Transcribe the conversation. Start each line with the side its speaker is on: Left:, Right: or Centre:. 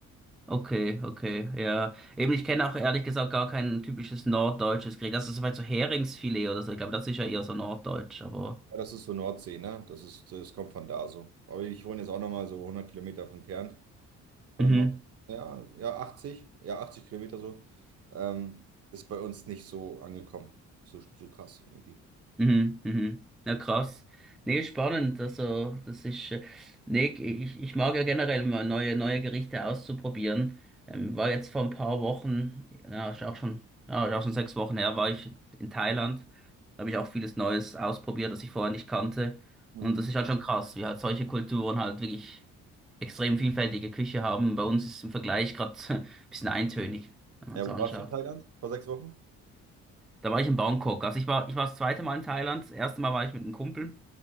Centre: Okay, okay, ja. Eben, ich kenne auch ehrlich gesagt gar kein typisches norddeutsches Gericht. Also, soweit so Heringsfilet oder so. Ich glaube, das ist ja eher so norddeutsch, aber.
Right: Ja, das ist so Nordsee, ne? Das ist, das kommt von da so. Aber ich wohne jetzt auch nochmal so 100 Kilometer von entfernt, von
Centre: Mhm.
Right: der Nord. Ja, ja, 80, ja, 80 Kilometer so. Ähm, ist bei uns nicht so angekommen. So, so krass irgendwie.
Centre: Mhm, mhm. Ja, krass. Nee, spannend. Also, das ist, äh, nee, ich, ich mag ja generell mal neue, neue Gerichte auszuprobieren. Ähm, war jetzt vor ein paar Wochen, ja, ist auch schon, ja, ist auch schon sechs Wochen her, war ich in Thailand. Da habe ich auch vieles Neues ausprobiert, das ich vorher nicht kannte.
Right: Mhm.
Centre: Und das ist halt schon krass, wie halt solche Kulturen halt wirklich extrem vielfältige Küche haben. Bei uns ist im Vergleich gerade <laughs> ein bisschen eintönig, wenn man
Right: Ja,
Centre: es anschaut.
Right: wo warst du in Thailand? Vor sechs Wochen?
Centre: Da war ich in Bangkok. Also ich war, ich war das zweite Mal in Thailand. Das erste Mal war ich mit einem Kumpel.